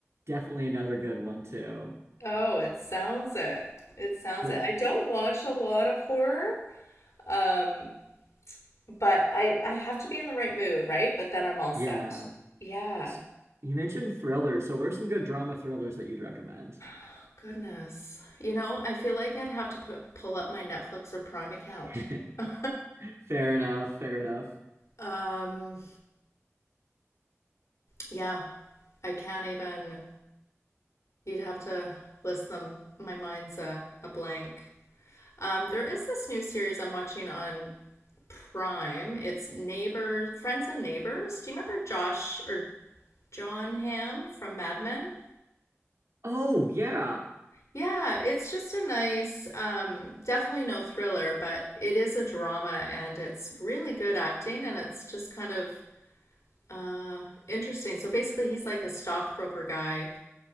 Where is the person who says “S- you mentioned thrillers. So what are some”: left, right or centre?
Right